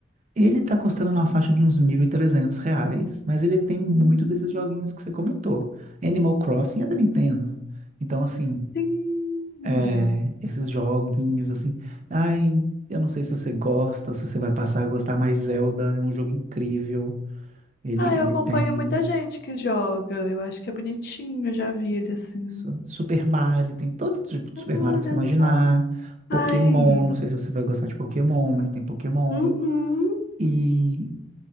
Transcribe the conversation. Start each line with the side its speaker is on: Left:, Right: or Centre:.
Right: Ele tá custando na faixa de uns 1.300 reais, mas ele tem muito
Left: Hum,
Right: desses joguinhos que você comentou. Animal Crossing é da Nintendo. Então, assim,
Left: sim.
Right: É, esses joguinhos assim. Ai, eu não sei se você gosta ou se você vai passar a gostar, mas Zelda é um jogo incrível. Ele,
Left: Ah,
Right: ele
Left: eu acompanho
Right: tem
Left: muita gente que joga. Eu acho que é bonitinho, eu já vi ele assim.
Right: su- Super Mario, tem todo tipo de Super
Left: Olha
Right: Mario que você imaginar.
Left: só. Ai.
Right: Pokémon, não sei se você vai gostar de Pokémon, mas tem Pokémon.
Left: Uhum.
Right: E,